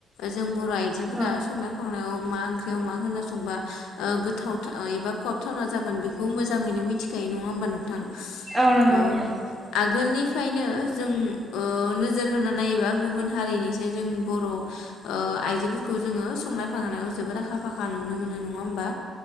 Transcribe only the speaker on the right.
औ
औ नंगौ नंगौ